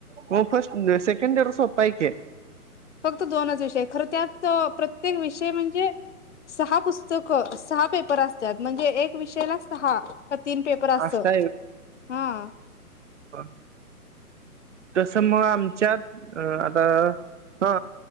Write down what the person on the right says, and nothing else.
म फर्स्ट सेकंड इयरोपाके
असं
ह. तसं मग आमच्यात अ आता ह.